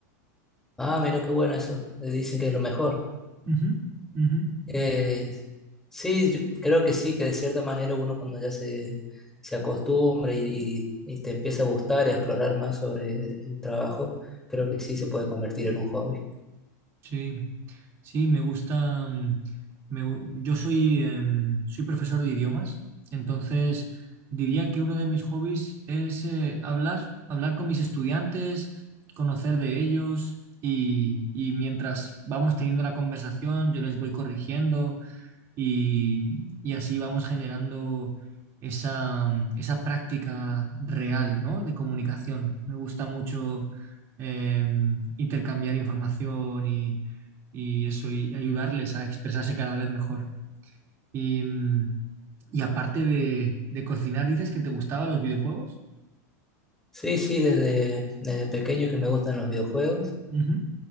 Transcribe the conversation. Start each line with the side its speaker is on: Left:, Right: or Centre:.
Centre: Ah, mira qué bueno eso. Dicen que es lo mejor.
Right: Ujú, ujú.
Centre: Eh, sí, yo creo que sí, que de cierta manera uno cuando ya se, se acostumbra y, y- y te empieza a gustar y a explorar más sobre el trabajo, creo que sí se puede convertir en un hobby.
Right: Sí, sí, me gusta. mm, me gu- yo soy, em, soy profesor de idiomas, entonces diría que uno de mis hobbies es eh, hablar, hablar con mis estudiantes, conocer de ellos y, y mientras vamos teniendo la conversación, yo les voy corrigiendo y, y así vamos generando esa, esa práctica real, ¿no? de comunicación. Me gusta mucho eh, intercambiar información y, y eso, y ayudarles a expresarse cada vez mejor. Y, mm, y aparte de, de cocinar, dices que te gustaban los videojuegos.
Centre: Sí, sí, desde, desde pequeño que me gustan los videojuegos.
Right: Ujú,